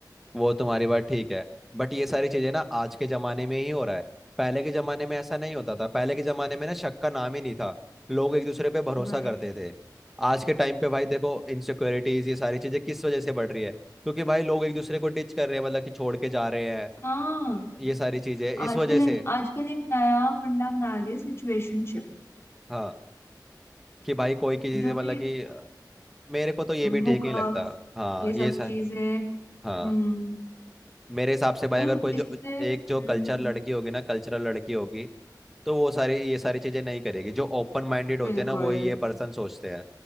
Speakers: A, in the centre; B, on the left.
A: वो तुम्हारी बात ठीक है बट ये सारी चीजें ना आज के जमाने में ही हो रहा है पहले के जमाने में ऐसा नहीं होता था पहले के जमाने में ना शक का नाम ही नहीं था लोग एक दूसरे पे भरोसा
B: वही
A: करते थे आज के टाइम पे भाई देखो इनसिक्योरिटीज ये सारी चीजें किस वजह से बढ़ रही है क्योंकि भाई लोग एक दूसरे को डिच कर रहे हैं मतलब कि छोड़ के जा रहे हैं
B: हाँ
A: ये सारी चीजें इस
B: आजकल
A: वजह से
B: आजकल एक नया फंडा बना लिया सिचुएशनशिप
A: हाँ कि भाई कोई की चीजें
B: जो
A: मतलब
B: कि
A: कि अ, मेरे को तो ये भी ठीक
B: हुकअप
A: नहीं लगता हाँ
B: ये सब
A: ये सर
B: चीजें
A: हाँ
B: हम्म
A: मेरे हिसाब से भाई
B: और
A: अगर कोई
B: इससे
A: जो
B: हम्म
A: एक जो कल्चर लड़की होगी ना कल्चरल लड़की होगी तो वो सारी ये सारी चीजें नहीं करेगी जो ओपन माइंडेड होते
B: बिल्कुल
A: हैं ना वही ये पर्सन सोचते हैं